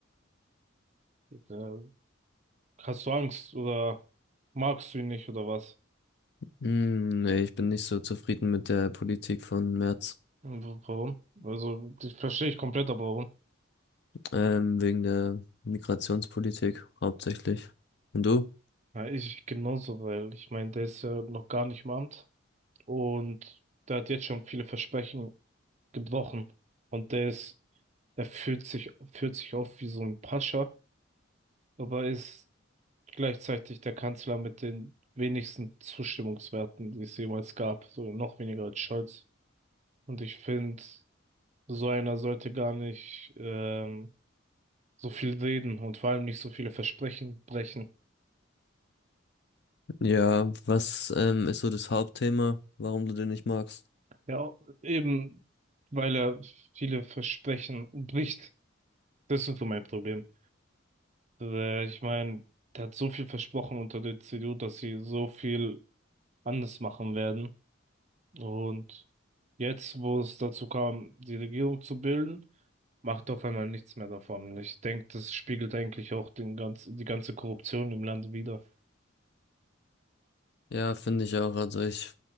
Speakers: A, on the right (about 35°); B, on the left (about 55°).
A: Ja, hast du Angst oder magst du ihn nicht oder was?
B: Hm, nee, ich bin nicht so zufrieden mit der Politik von Merz.
A: Und w- Warum? Also, das verstehe ich komplett, aber warum?
B: Ähm, wegen der Migrationspolitik hauptsächlich. Und du?
A: Ja, ich genauso, weil ich meine, der ist ja noch gar nicht im Amt. Und der hat jetzt schon viele Versprechen gebrochen. Und der ist, der fühlt sich, führt sich auf wie so ein Pascha, aber ist gleichzeitig der Kanzler mit den wenigsten Zustimmungswerten, die es jemals gab. So noch weniger als Scholz. Und ich finde, so einer sollte gar nicht ähm, so viel reden und vor allem nicht so viele Versprechen brechen.
B: Ja, was ähm, ist so das Hauptthema, warum du den nicht magst?
A: Ja, eben weil er viele Versprechen bricht. Das ist so mein Problem. Äh, Ich meine, der hat so viel versprochen unter der CDU, dass sie so viel anders machen werden. Und jetzt, wo es dazu kam, die Regierung zu bilden, macht auf einmal nichts mehr davon. Und Ich denke, das spiegelt eigentlich auch den ganz, die ganze Korruption im Land wider.
B: Ja, finde ich auch. Also ich